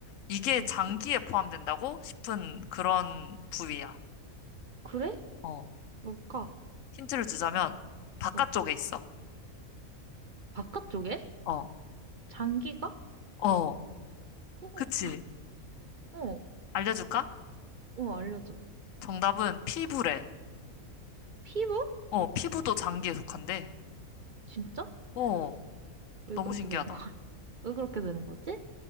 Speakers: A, on the left; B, on the right.
A: 이게
B: 어,
A: 장기에 포함된다고 싶은 그런 부위야.
B: 그래?
A: 어,
B: 뭘까?
A: 힌트를 주자면 바깥쪽에
B: 어,
A: 있어.
B: 바깥쪽에?
A: 어,
B: 장기가?
A: 어,
B: 어?
A: 그치.
B: 어,
A: 알려줄까?
B: 어, 어, 알려줘.
A: 정답은 피부래.
B: 피부?
A: 어, 피부도 장기에 속한데.
B: 진짜?
A: 어,
B: 왜
A: 너무
B: 그렇게
A: 신기하다.
B: 되는 거야? <laughs> 왜 그렇게 되는 거지?